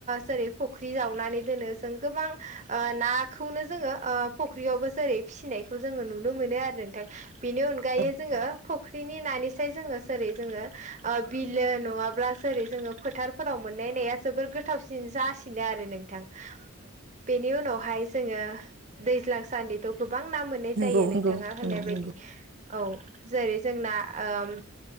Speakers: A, on the right; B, on the right.
A: जेरै फुख्रि जावनानै दोनो जों गोबां। नाखौनो जोङो फुख्रियावबो जेरै फिसिनायखौ जोङो नुनो मोनो आरो नोंथां। बिनि अनगायै
B: नंगौ औ
A: जोङो
B: औ
A: फुख्रिनि नानि। जोङो जेरै जोङो बिलो नङाब्ला जेरै जोङो फोथारफोराव मोननाया जोबोर गोसो गोथावसिन जासिनो आरो नोंथां बेनि उनावहाय जोङो दैज्लां सानदि थ' गोबां ना मोननाय
B: नंगौ
A: जायो नोंथाङा
B: नंगौ
A: होननाय
B: नंगौ
A: बायदि
B: नंगौ
A: औ जेरै जोंना ओम